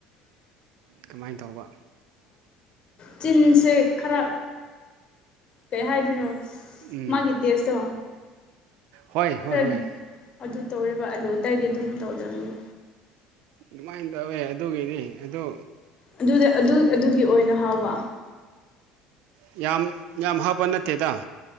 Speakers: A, on the right; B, on the left.
A: ꯀꯃꯥꯏꯅ ꯇꯧꯕ
B: ꯆꯤꯟꯁꯦ ꯈꯔ ꯀꯩ ꯍꯥꯏꯗꯣꯏꯅꯣ
A: ꯎꯝ
B: ꯃꯥꯒꯤ ꯇꯦꯁꯇꯣ
A: ꯍꯣꯏ ꯍꯣꯏ
B: ꯈꯔ
A: ꯍꯣꯏ
B: ꯑꯗꯨ ꯇꯧꯋꯦꯕ ꯑꯥꯂꯨ ꯑꯇꯩꯗꯤ ꯑꯗꯨꯝ ꯇꯧꯗꯕꯅꯤ
A: ꯑꯗꯨꯃꯥꯏꯅ ꯇꯧꯋꯦ ꯑꯗꯨꯒꯤꯅꯤ ꯑꯗꯨ
B: ꯑꯗꯨꯗꯤ ꯑꯗꯨ ꯑꯗꯨꯒꯤ ꯑꯣꯏꯅ ꯍꯥꯎꯕ
A: ꯌꯥꯝ ꯌꯥꯝ ꯍꯥꯞꯄ ꯅꯠꯇꯦꯗ